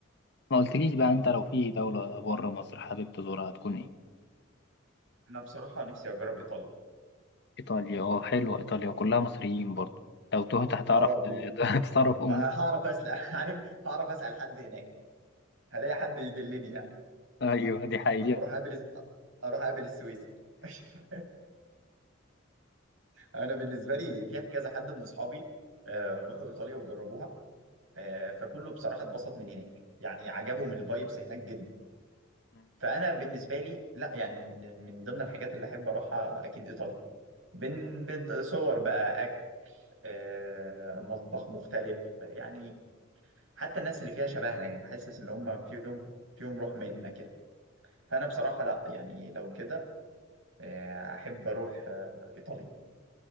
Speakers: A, on the left; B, on the right.
A: ما قلتليش بقى انت لو في دوله بره مصر حابب تزورها هتكون ايه
B: انا بصراحه نفسي اجرب ايطاليا
A: ايطاليا اه حلوه ايطاليا وكلها مصريين برضه لو تهت هتعرف
B: اه
A: ت-
B: بو-
A: <laughs> تتصرف امور
B: هعرف اسال <laughs> عارف هعرف اسال حد هناك هلاقي حد يدلني يعني
A: ايوه دي حقيقه
B: واروح اقابل اروح اقابل السويسي <laughs> انا بالنسبه لي في كذا حد من اصحابي آه، راحوا ايطاليا وجربوها آه، فكله بصراحه اتبسط من هناك يعني عجبهم الفايبس هناك جدا
A: <laughs>
B: فانا بالنسبه لي لا يعني من من ضمن الحاجات اللي احب اروحها اكيد ايطاليا بين بين صور بقى اكل آه، مطبخ مختلف يعني حتى الناس اللي فيها شبهنا يعني حاسس ان هم فيهم فيهم روح منا كده فانا بصراحه لا يعني لو كده آه، احب اروح آه، ايطاليا